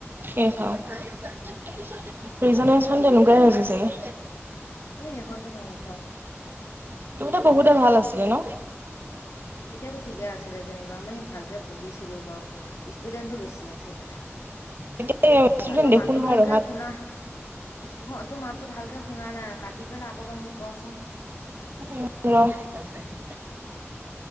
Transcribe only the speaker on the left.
এ সেইখনতো ধ্বংস
তেতিয়াতো ঠিকে আছিলে যেনিবা আমি ভালকৈ পঢ়িছিলোঁ বাৰু ষ্টুডেন্টটো বেছি আছিলে
অ তোৰ
মাতটো
ভালকে
শুনা উহো তোৰ মাতটো ভালকে শুনা নাই কাটি পেলাই আকৌ এবাৰ মোক কচোন
উম